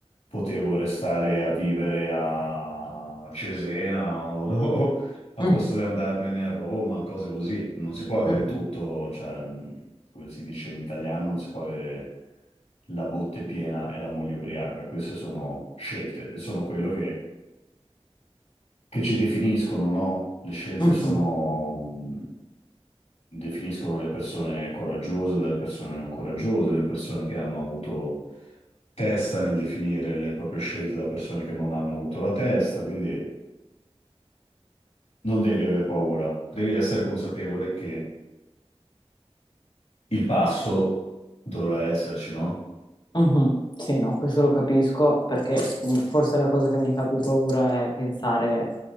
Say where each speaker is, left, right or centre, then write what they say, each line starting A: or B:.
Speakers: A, on the left; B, on the left.
A: Potevo restare a vivere a Cesena o, <laughs> o a
B: mm,
A: posto di andarmene a Roma, cose così. Non si può avere
B: mhm,
A: tutto, cioè, mh, come si dice in italiano, non si può avere la botte piena e la moglie ubriaca. Queste sono scelte, sono quello che che ci definiscono, no? Le scelte
B: mhm,
A: sono, mh, definiscono le persone coraggiose dalle persone non coraggiose, le persone che hanno avuto testa nel definire le proprie scelte da persone che non hanno avuto la testa, quindi non devi avere paura, devi essere consapevole che il passo dovrà esserci, no?
B: mhm. Sì, no, questo lo capisco perché mm, forse la cosa che mi fa più paura è pensare